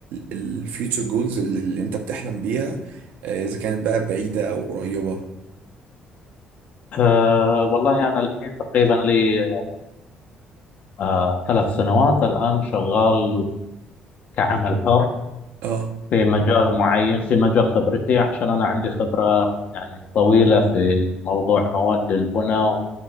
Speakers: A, on the right (about 90°); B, on the left (about 55°).
A: الفيوتشر جولز اللي, اللي انت بتحلم بيها آه، اذا كانت بقى بعيدة او قريبة
B: أه والله أنا الحين تقريبا لي أه ثلاث سنوات الآن شغال كعمل حر
A: اه
B: في مجال معين في مجال خبرتي عشان أنا عندي خبرة يعني طويلة في موضوع مواد البناء